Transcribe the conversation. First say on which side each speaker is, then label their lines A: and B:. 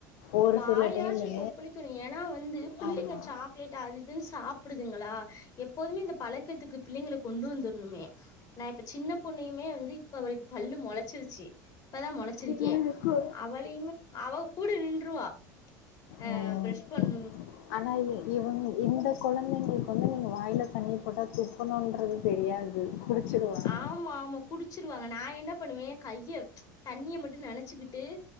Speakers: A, on the left; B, on the left.
A: ஒரு
B: வாயாச்சும்
A: சில டைமு
B: கொப்பளிக்கணும் ஏன்னா வந்து பிள்ளைங்க
A: ஆமா
B: சாக் க்லேட் அது இதுன்னு சாப்பிடுதுங்களா எப்போதுமே லேட் ஆத இதுன்னு சாப்பிடுதுங்களா எப்பவ்மே இந்த பழக்கத்துக்கு பிள்ளைங்கள கொண்டு வந்துர்ணுமே நா இப்ப சின்ன பொண்ணையுமே வந்து இப்ப வரைக்கும் அவளுக்கு பல்லு மொளச்சிருச்சு இப்பதா மொளச்சிருக்கே
A: இவனுக்கு
B: அவளயுமே அவ கூட நின்றுவா ஆ
A: ம்
B: ப்ரஷ் பண்
A: ஆனா இது இவங்க இந்த கொழந்தைங்களுக்கு வந்து நீங்க வாயில தண்ணி போட்டா துப்பணுன்றது தெரியாது புடிச்சிருவாங்க
B: ஆமா ஆமா குடிச்சிருவாங்க நா என்ன பண்ணுவேன் கைய தண்ணிய மட்டு நனச்சுக்கிட்டு